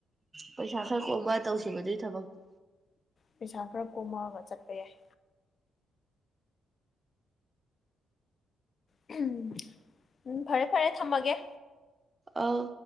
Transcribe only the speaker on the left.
ꯄꯩꯁꯥ ꯈꯔ ꯀꯣꯝꯃꯛꯒ ꯆꯠꯄ ꯌꯥꯏ ꯎꯝ ꯎꯝ ꯐꯔꯦ ꯐꯔꯦ ꯊꯝꯃꯒꯦ